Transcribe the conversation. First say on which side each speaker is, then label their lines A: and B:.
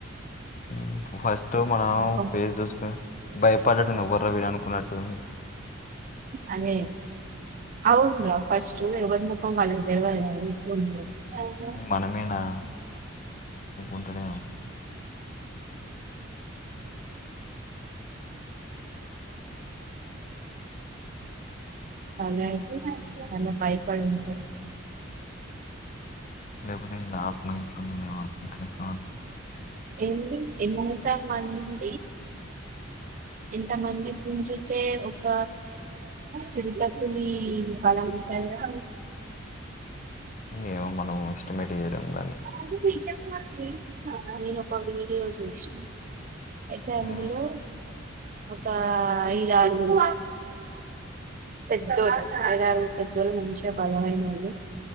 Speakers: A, on the left; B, on the right.
A: <inaudible> ఫస్ట్ మనం
B: ముఖం
A: ఫేజ్ చూసుకుని భయపడ్డట్డి గొర్రె వీడు అనుకున్నట్టుందీ
B: అదే అవును ఫస్ట్ ఊ వాళ్ళకు తెల్వదు కదా ఉంటదో
A: మనమేనా ఉంటడం
B: చాలా చాలా భయపడి ఉంటారు
A: లేపోతే ఇలా ఆత్మ ఇట్లున్నదేమ అనుకుంటాడ
B: ఎ ఎంత మంది ఎంత మంది కుంజుతే ఒక చిరుతపులి బలాంటదా
A: ఏమో మనం ఎస్టిమేట్ చేయలేం
B: <inaudible>
A: దాన్ని
B: నేనొక వీడియో చూసినా అయితే అందులో
A: ఉమ్,
B: ఒక ఐదారుగురు పెద్దోళ్లు ఐదారుగురు పెద్దోళ్ళు మంచిగా బలమైన వాళ్ళు